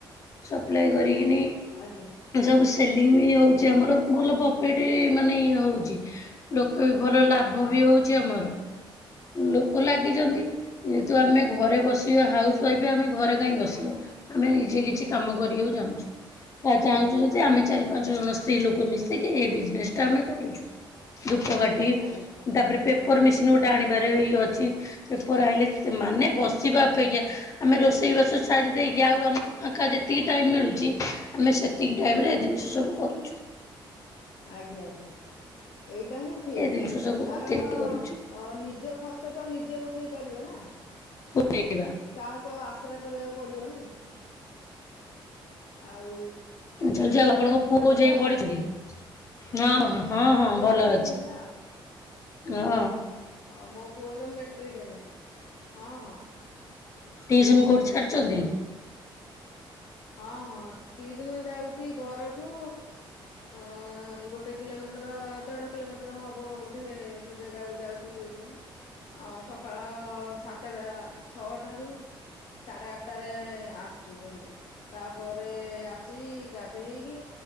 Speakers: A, on the left (about 35°); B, on the left (about 65°).
A: ସପ୍ଲାଏ କରିକିନି
B: ଆଜ୍ଞା
A: ସବୁ ସେଲିଙ୍ଗ ବି ହଉଛି ଆମର। ଭଲ ପଫିଟ ମାନେ ଇଏ ହଉଛି। ଲୋକ ବି ଭଲ ଲାଭ
B: ହଁ
A: ବି ହଉଛି। ଏଠି ଆମର ଲୋକ ଲାଗିଛନ୍ତି।
B: ଆଜ୍ଞା
A: ଯେହେତୁ ଆମେ ଘରେ ବସିବା ହାଉସ ୱାଇଫ୍ ଆମେ ଘରେ କାହିଁ ବସିବା? ଆମେ ନିଜେ କିଛି କାମ କରିବାକୁ ଚାହୁଁଛୁ। ତା ଚାହୁଁଛୁ ଯି
B: ଆଜ୍ଞା
A: ଆମେ ଚାରି ପାଞ୍ଚ ଜଣ ସ୍ତ୍ରୀ ଲୋକ ମିଶିକି ଏଇ ବିଜନେସ୍ ଟା ଆମେ କରୁଛୁ। ଧୂପ କା
B: ଆଜ୍ଞା
A: ତାପରେ ପେପର ମେସିନ ଗୋଟେ ଆଣିବାରେ ଇଏ ଅଛି ପେପର ଆଇିଲ ମାନେ ବସିବା ଅପେକ୍ଷା ଆମେ ରୋଷେଇବାସ ସାରି ଦେଇକି ଆଉ ଆମକୁ ଫାଙ୍କା ଯେତିକି ଟାଇମ୍ ମିଳୁଛି ଆମେ ସେତିକି ଟାଇମ୍ ରେ ଏ ଜିନିଷ ସବୁ କରୁଛୁ।
B: ଆଜ୍ଞା ଆଜ୍ଞା। ଏଇଟା ହିଁ ଠିକ୍
A: ଏ ଜିନିଷ ସବୁ
B: କାରଣ
A: ତିଆରି କରୁଛୁ
B: ନିଜ ଖ ସେ ତ ନିଜେ ଉଠେଇ ପାରିବ ନା?
A: ପଠେଇବା।
B: କାହାକୁ ଆଉ ଆଶ୍ର କରିବାକୁ ପଡିବନି ଆଉ
A: ଚାଲିଛି
B: ଛୁଆ
A: ଆଉ ଆପଣଙ୍କ
B: ପିଲାଙ୍କ
A: ପୁଅ
B: ଦେହ
A: କୋଉ
B: ଭଲ
A: ଯାଏଁ ପଢିଛନ୍ତି
B: ଅଛି?
A: ହଁ ହଁ ହଁ
B: ମେଟ୍ରିକ
A: ଭଲ ଅଛି
B: ହେଲା
A: ହ
B: ହଉ ମୋ ପୁଅର ମେଟ୍ରିକ ହେଲା, ହଁ ହଁ।
A: ଟିଉସନ୍ କଉଠି ଛାଡୁଛନ୍ତି?
B: ହଁ ହଁ ଟିଉସନ ଯାଉଛି ଘରଠୁ ଅ ଗୋଟେ କିଲୋମିଟର ଦେଢ କିଲୋମିଟର ହବ ବୋଧେ ସେ ଜାଗାକୁ ଯାଉଛି ଟିଉସନ ଅ ସକାଳ ସାତଟା ଛଅଟାରୁ ସାଢେ ଆଠଟାରେ ଆସୁଛି ଘରକୁ ତାପରେ ଆସି ଗାଧେଇକି